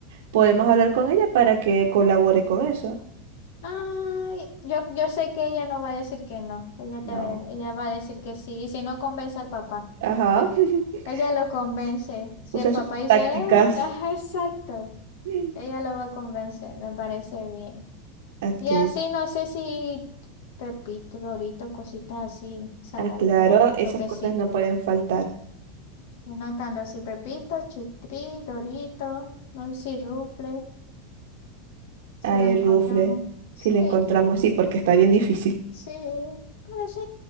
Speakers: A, on the right; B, on the left.
A: Podemos hablar con ella para que colabore con eso.
B: Ay, yo, yo sé que ella no va a decir que no. Ella te,
A: No.
B: ella va a decir que sí. Y si no convence al papá,
A: Ajá. <laughs>
B: ella lo convence. Si
A: Usa
B: el papá
A: sus
B: dice,
A: tácticas.
B: eh, ajá, exacto,
A: Mm.
B: ella lo va a convencer. Me parece bien.
A: Ok.
B: Y así no sé si Pepito, Dorito, cositas así, saladitas,
A: Ah, claro, esas
B: toquecitos.
A: cosas no pueden faltar.
B: Y notando así Pepito, Chitri, Dorito, no sé si Rufle, si
A: Ay,
B: la encontramos.
A: Rufre,
B: Sí.
A: si le encontramos, sí, porque está bien difícil,
B: Sí, pero sí,